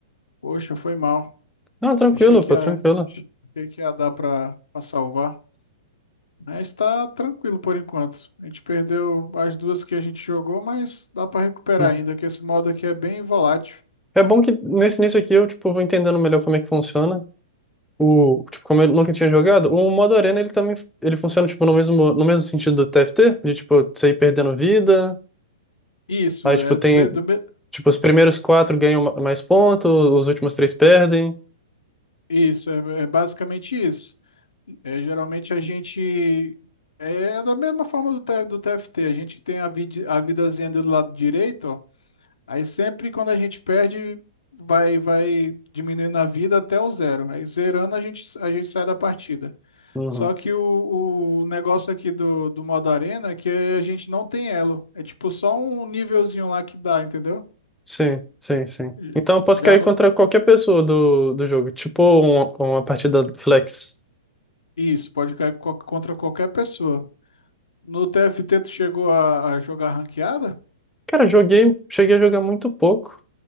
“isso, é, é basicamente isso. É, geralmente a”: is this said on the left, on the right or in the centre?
Left